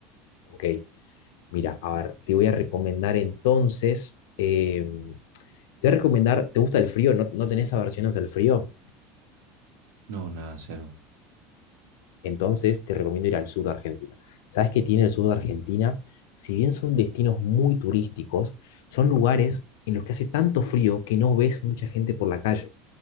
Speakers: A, on the left; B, on the right.
A: Ok, mira, a ver, te voy a recomendar entonces, em, te voy a recomendar, ¿te gusta el frío? ¿No, no tenés aversiones al frío?
B: No, nada, cero.
A: Entonces te recomiendo ir al sur de Argentina. ¿Sabes qué tiene el sur de Argentina? Si bien son destinos muy turísticos, son lugares en los que hace tanto frío que no ves mucha gente por la calle